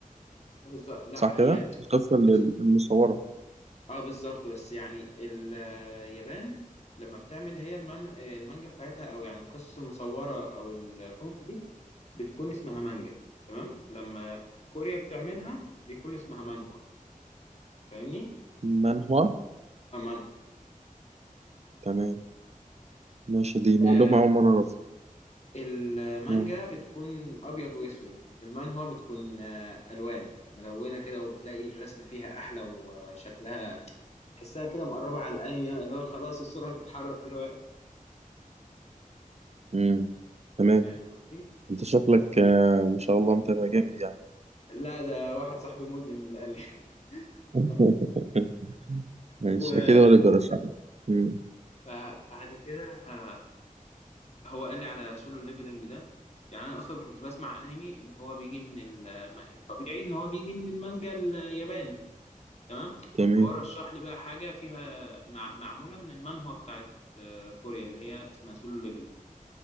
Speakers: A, on the left; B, on the right.
A: بالظبط لا
B: صح
A: هي
B: كده القصه اللي
A: بز-
B: المصوره
A: اه بالظبط بس يعني اليابان لما بتعمل هي المان... المانجا بتاعتها او يعني القصص المصوره او الكوميكس دي بتكون اسمها مانجا تمام لما كوريا بتعملها بيكون اسمها مانهوا فاهمني
B: منهوا
A: اه مانهوا
B: تمام ماشي دي
A: آه
B: معلومه اول مره اعرفها
A: المانجا
B: آه.
A: بتكون ابيض واسود المانهوا بتكون آه الوان ملونه كده وتلاقي الرسم فيها احلى وشكلها تحسها كده مقربة على الأنمي اللي هو خلاص الصورة هتتحرك دلوقتي
B: امم تمام
A: فاهم قصدي؟
B: انت شكلك آه، ما شاء الله متابع جامد يعني
A: لا ده واحد صاحبي مدمن اللي قال لي <laughs>
B: <laughs>
A: تمام
B: ماشي
A: و
B: اكيد هو اللي بيرشح لي امم
A: فبعد كده آه، هو قال لي على سولو ليفلنج ده يعني أنا أصلا كنت بسمع أنمي اللي هو بيجي من ال- ما- الطبيعي إن هو بيجي من المانجا الياباني تمام
B: تمام
A: فهو رشح لي بقى حاجة فيها مع... معمولة من المانهوا بتاعت آه، كوريا اللي هي اسمها سولو ليفلنج